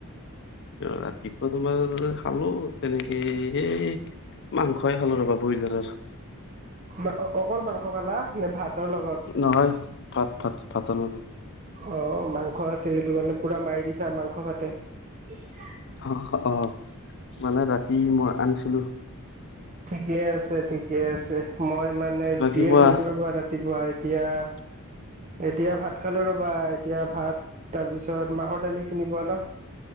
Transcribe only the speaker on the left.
ৰাতিপুৱা তোমাৰ খালোঁ তেনেকে এ মাংসই খালোঁ ৰ'বা ব্ৰইলাৰৰ।
নহয়, ভাত ভাত ভাতৰ লগত।
অহ অঁ' মানে ৰাতি মই আনিছিলো-
বাকী
কোৱা
<inaudible>